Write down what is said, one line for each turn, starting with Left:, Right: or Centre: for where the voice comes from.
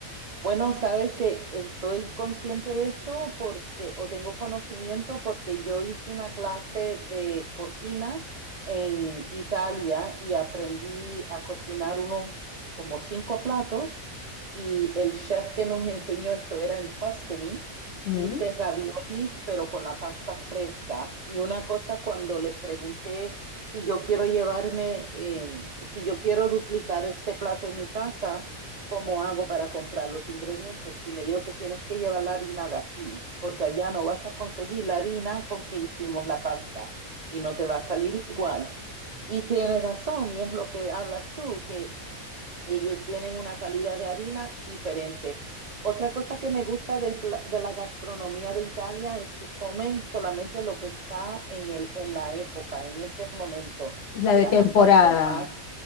Right: Bueno, sabes que estoy consciente de esto porque, o tengo conocimiento porque yo hice una clase de cocina en Italia y aprendí a cocinar unos como cinco platos y el chef que nos enseñó esto era en Tuscany.
Left: Mm.
Right: Hice raviolis, pero con la pasta fresca. Y una cosa, cuando le pregunté si yo quiero llevarme, eh, si yo quiero duplicar este plato en mi casa, ¿Cómo hago para comprar los ingredientes? Y me dijo, te tienes que llevar la harina de aquí, porque allá no vas a conseguir la harina con que hicimos la pasta y no te va a salir igual. Y tienes razón, y es lo que hablas tú, que ellos tienen una calidad de harina diferente. Otra cosa que me gusta del pla- de la gastronomía de Italia es que comen solamente lo que está en el, en la época, en ese momento.
Left: La
Right: Si
Left: de
Right: las
Left: temporada.
Right: alcachofas,